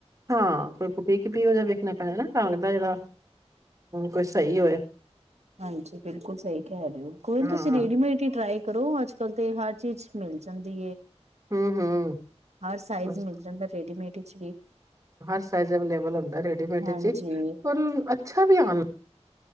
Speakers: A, on the right; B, on the right.
A: ਹਾਂ ਕੋਈ ਬੁਟੀਕ ਵੀ ਉਹ ਜਿਹਾ ਵੇਖਣਾ ਪੈਦਾ ਨਾ ਟਾਂਗ ਦਾ ਜਿਹੜਾ ਕੋਈ ਸਹੀ ਹੋਵੇ
B: ਹਾਂਜੀ ਬਿਲਕੁਲ ਸਹੀ ਕਹਿ ਜਿਓ ਕੋਈ ਨੀ ਤੁਸੀਂ
A: ਹਾਂ
B: ਰੇਡੀਮੇਟ ਹੀ ਟਰਾਈ ਕਰੋ ਅੱਜ ਕਲ ਤੇ ਹਰ ਚੀਜ਼ ਮਿਲ ਜਾਂਦੀ
A: ਹਮ ਹਮ
B: ਹਰ ਸਾਈਜ਼
A: ਬਸ
B: ਮਿਲ ਜਾਂਦਾ ਰੇਡੀਮੇਡ ਕਿਛ ਵੀ
A: ਹਰ ਸਾਈਜ਼ ਅਵੇਲੇਬਲ ਹੁੰਦਾ ਰੇਡੀਮੇਡ
B: ਹਾਂਜੀ,
A: ਵਿੱਚ ਹੀ ਪਰ ਅੱਛਾ ਵੀ ਆਉਣ